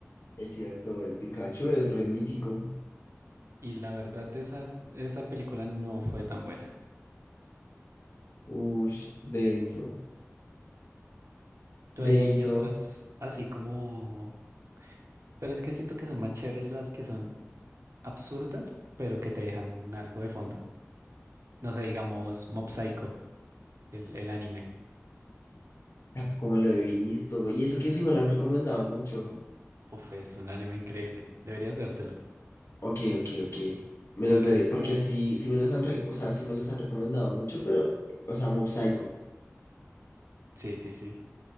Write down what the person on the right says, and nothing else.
Y la verdad, esas- esa película no fue tan buena.
Tú
hay otras así como... Pero es que siento que son más chéveres las que son absurdas, pero que te dejan algo de fondo. No sé, digamos Mob Psycho, el, el anime.
Uf, es un anime increíble. Deberías vértelo.
Porque
sí es
como...
Sí, sí, sí.